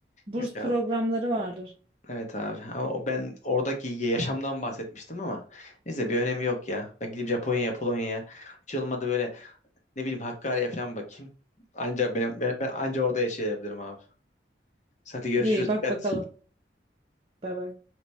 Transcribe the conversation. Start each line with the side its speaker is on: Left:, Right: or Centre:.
Right: Burs
Left: Yok abi.
Right: programları vardır.
Left: Evet abi. Ama o ben oradaki yaşamdan bahsetmiştim ama neyse bir önemi yok ya. Ben gideyim Japonya'ya, Polonya'ya. Hiç olmadı böyle ne bileyim Hakkari'ye falan bakayım. Anca ben, ben, ben anca orada yaşayabilirim abi. Hadi görüşürüz.
Right: İyi bak
Left: Dikkat.
Right: bakalım. Bay bay.